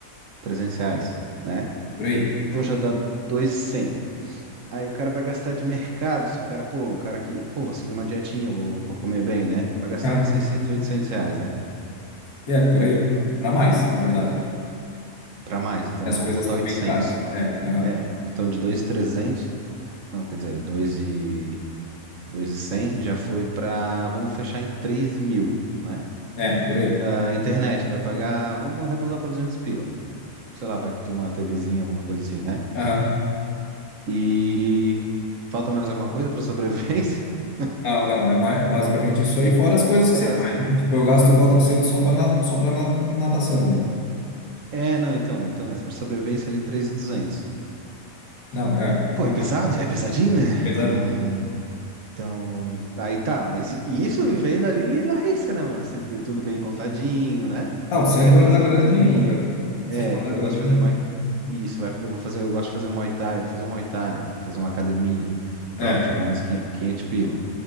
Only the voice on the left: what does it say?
por aí.
Aham.
É, por aí. Pra mais, na verdade.
E As
coisas
estão
bem caras. É, aham.
É, por aí.
Aham.
Não, não, é, ma- é basicamente isso aí, fora as coisas que
você
faz, né? Tipo, eu gasto 400 só pra, na, só pra nata- natação ali.
Não, é,
é
uma
pesadinha.
Não, sem
guardar
grana
nenhuma, cara.
Sem guardar
grana
nenhuma.
É.